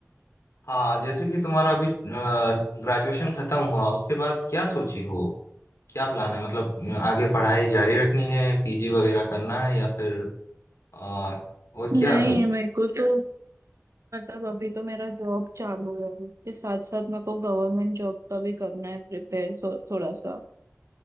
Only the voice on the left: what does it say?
हाँ जैसे कि तुम्हारा अभी ग्रेजुएशन खत्म हुआ उसके बाद क्या सोची हो क्या प्लान है मतलब अ, आगे पढ़ाई जारी रखनी है पीजी वगैरह करना है या फिर अ, और क्या
सोची